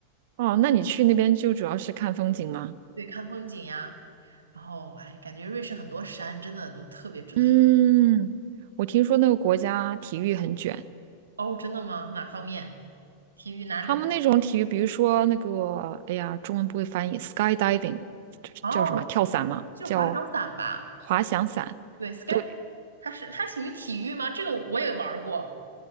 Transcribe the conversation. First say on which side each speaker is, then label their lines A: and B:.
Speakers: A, on the right; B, on the right.
A: 哦，那你去那边就主要是看风景吗？
B: 对，看风景呀，然后哎，感觉瑞士很多山真的都特别值得一。
A: 嗯，我听说那个国家体育很卷，
B: 哦，真的吗？哪方面？体育哪种？
A: 他们那种体育，比如说那个，哎呀，中文不会翻译，skydiving，这叫什么？
B: 哦，
A: 跳伞吗？
B: 就是滑翔伞吧？
A: 叫滑翔伞。
B: 对，sky，
A: 对，
B: 它是它属于体育吗？这个我也玩儿过。